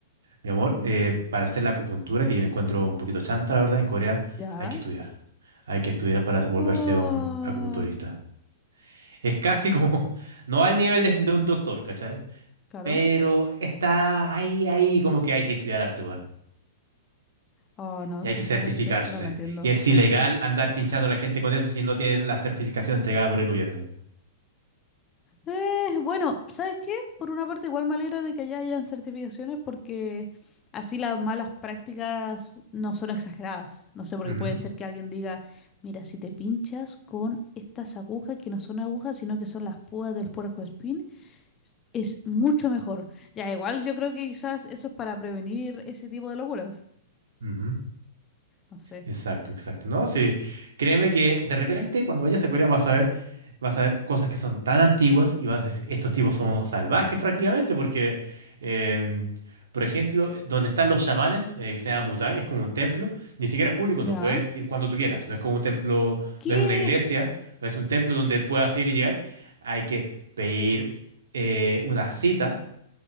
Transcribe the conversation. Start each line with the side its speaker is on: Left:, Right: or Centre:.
Right: Mi amor,
Left: mm,
Right: eh, para hacer la acupuntura, que yo la encuentro un poquito chanta, la verdad, en Corea
Left: ya.
Right: hay que estudiar. Hay que estudiar para volverse
Left: Oh,
Right: un acupunturista. Es casi como, <laughs> no al nivel de, de un doctor, ¿cachai?
Left: claro.
Right: Pero está ahí, ahí, como que hay que estudiar arte igual.
Left: Oh, no,
Right: Y
Left: sinceramente
Right: hay que certificarse.
Left: no lo entiendo.
Right: Y es ilegal andar pinchando a la gente con eso si no tiene la certificación entregada por el gobierno.
Left: Eh, bueno, ¿sabes qué? Por una parte, igual me alegra de que ya hayan certificaciones porque así las malas prácticas no son exageradas. No sé, porque
Right: Ujú,
Left: puede ser que alguien diga, mira, si te pinchas con estas agujas que no son agujas, sino que son las púas del puercoespín. es mucho mejor. Ya, igual yo creo que quizás eso es para prevenir ese tipo de locuras.
Right: ujú.
Left: No sé.
Right: Exacto, exacto, ¿no? Sí, créeme que de repente cuando vayas a Corea vas a ver, vas a ver cosas que son tan antiguas y vas a decir, estos tipos son unos salvajes prácticamente, porque, em, por ejemplo, donde están los chamanes, eh, que se llama Mutang, es como un templo, ni siquiera es público,
Left: Ya.
Right: no puedes ir cuando tú quieras, no es como un templo,
Left: ¿Qué?
Right: no es una iglesia, no es un templo donde puedas ir y llegar, hay que pedir eh, una cita